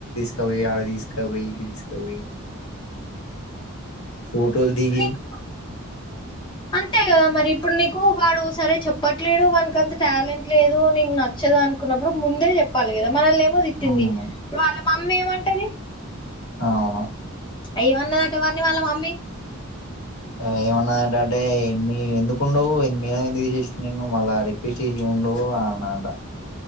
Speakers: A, on the left (about 85°); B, on the left (about 20°).
A: కుపోయి ఆడ తీసుకుపోయి ఈడ తీసుకపోయి ఫోటోలు దిగి
B: నీకు అంతే కదా మరి ఇప్పుడు నీకు వాడు సరే చెప్పట్లేడు వాననికి అంత టాలెంట్ లేదు నీకు నచ్చదు అనుకున్నప్పుడు ముందే జెప్పాలి కదా మనల్ని ఏం ప్పుడో తిట్టింది
A: అవును
B: మమ్మీ ఏమంటది
A: అవును
B: ఏమనదట వాని వాళ్ళ మమ్మీ
A: ఆమె ఏమన్నదట అంటే ఎన్ని ఎందుకుండవు మేడమ్ తీశేషింది నిను మల్ల రిక్వెస్ట్ చేసి ఉండు అని అన్నదట